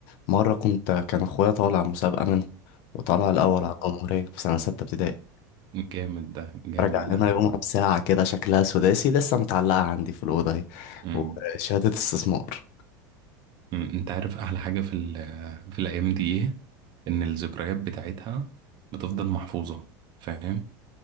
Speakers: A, on the left (about 60°); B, on the right (about 45°).
A: مرة كنت كان أخويا طالع مسابقة منه وطلع الأول على الجمهورية في سنة ستة ابتدائي
B: جامد ده جامد
A: رجع لنا
B: ده
A: يومها بساعة كده شكلها سداسي لسه متعلقة عندي في الأوضة أهي
B: مم.
A: وشهادة استثمار
B: أمم، انت عارف احلى حاجة في ال في الايام دي ايه ان الذكريات بتاعتها بتفضل محفوظة فاهم